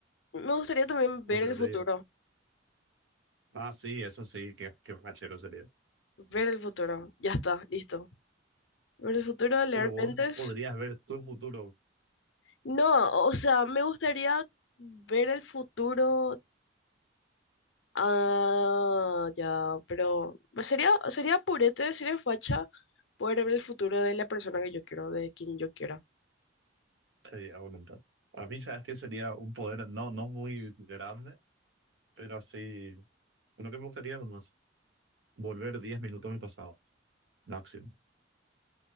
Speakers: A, on the left (about 90°); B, on the right (about 80°).
A: me gustaría también
B: otra
A: ver el
B: te
A: futuro,
B: digo. Ah, sí, eso sí, que qué qué fachero sería.
A: ver el futuro, ya está, listo. Ver el futuro, leer
B: pero vos
A: mentes.
B: podrías ver tu futuro
A: No, o sea, me gustaría ver el futuro, ah, ya, pero sería, sería purete, sería facha poder ver el futuro de la persona que yo quiero, de quien yo quiera.
B: sería aumentado. A mí, sabes que sería un poder no, no muy grande, pero así, uno que me gustaría nomás, volver 10 minutos al pasado, máximo.